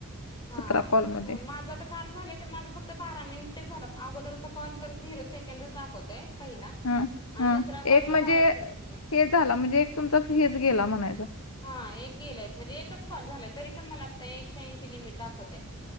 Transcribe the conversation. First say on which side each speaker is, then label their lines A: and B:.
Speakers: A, on the left; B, on the left.
A: हा
B: सतरा कॉलमध्ये
A: अस माझं आता काल झालं तर माझं फक्त बारा मिनिटच झाला अगोदरचा कॉल तर झिरो सेकंडच दाखवतय. पहिला
B: ह
A: आणि
B: ह
A: दुसरा कॉल
B: एक
A: ला
B: म्हणजे
A: बारा सेकंड
B: हे झाला म्हणजे एक तुमचा हेच गेला म्हणायच.
A: हा एक गेलायच म्हणजे एकच कॉल झालाय तरी पण मला आता एकशे ऐंशी लिमिट दाखवतय.